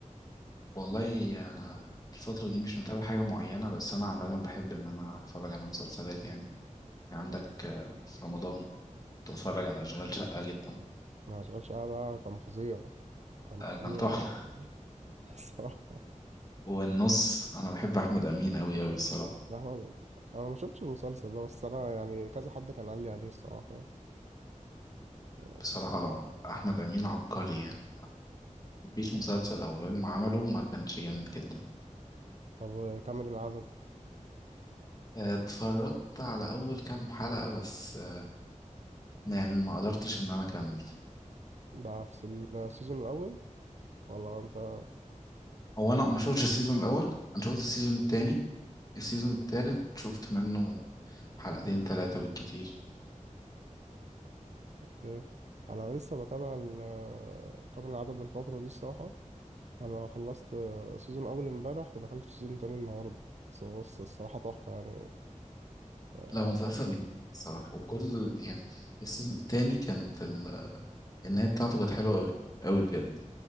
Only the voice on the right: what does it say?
انا مشغلش انا كان فظيع كان
فظيع
<laughs> الصراحة
لا، أحمد، انا ما شفتش المسلسل ده بس انا يعني كذا حد كان قال لي عليه الصراحة يعني. آه.
طب كمل العدد
ده في السيزون الاول ولا انت
اوكي انا لسه بتابع ال- كامل العدد الفترة دي الصراحة انا خلصت سيزون اول امبارح ودخلت في سيزون تاني النهاردة بس هو الصراحة تحفة يعني آه،